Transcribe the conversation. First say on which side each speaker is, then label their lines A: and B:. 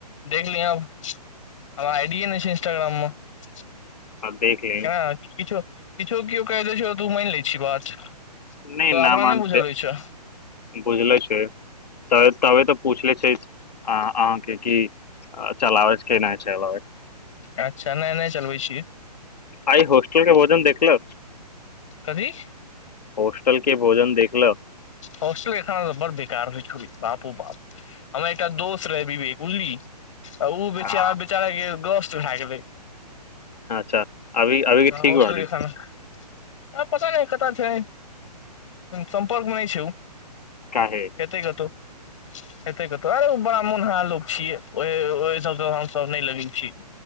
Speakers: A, on the left (about 50°); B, on the left (about 75°).
A: देखली अ हम आइडियए नहि छै इन्स्टाग्राममे ठ
B: आ देख ले
A: छै ने किछु किछो केओ कहि द छै तऽ मानि लै छी बात
B: नहि
A: तोरा
B: न
A: अपना
B: मनसे
A: बुझल होइ छौ
B: भूझले छै त पूछले छै अहाँके क चलाबै के नहि चलाबै
A: अच्छा नहि नहि चलबै छीियै
B: आइ होस्टेल के भोजन देखल
A: कथी
B: होस्टल के भोजन देखल
A: हॉस्टेल एखाना त बड़ बेकार होइ बापू बाप हमर एकटा दोस्त रह भी वेग उझली आ ओ बेची
B: हँ
A: हमर बेचारा ग चूहा गेलै
B: अच्छा अभी अभीे ठीक
A: हॉस्टल
B: बै
A: के खाना आ पता नहि कत छै सं्पर्क नहि छै
B: काहे
A: हतै ग तू हेते कतहु आरे बड़ा मोनहार लोक छियै ओ सब हमसभ नहि लगे छी